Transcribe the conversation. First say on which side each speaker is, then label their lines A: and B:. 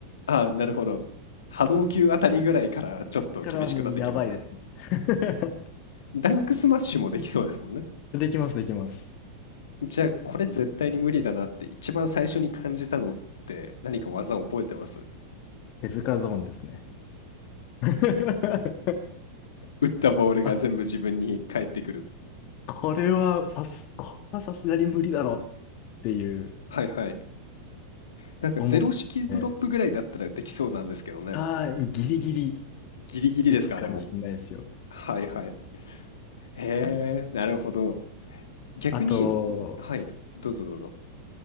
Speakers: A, on the left; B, on the left.
A: ああ、なるほど。波動級あたりぐらいからちょっと厳しくなってきますか。
B: だからもうやばいですね。<laughs>
A: ダンクスマッシュもできそうですもんね。
B: できます、できます。
A: じゃあ、これ絶対に無理だなって一番最初に感じたのって何か技を覚えてます <laughs>
B: 手塚ゾーンですね。<laughs>
A: 打ったボールが全部自分に返ってくる。
B: アこれはさす、これはさすがに無理だろっていう
A: はいはい。なんかゼロ式ドロップぐらいだったらできそうなんですけどね。
B: 思って、ああ、ギリギリ
A: ギリギリですか、
B: できるかもしれないですよ。
A: あれも。はいはい。へえ、なるほど。逆に、
B: あと、
A: はい、どうぞどうぞ。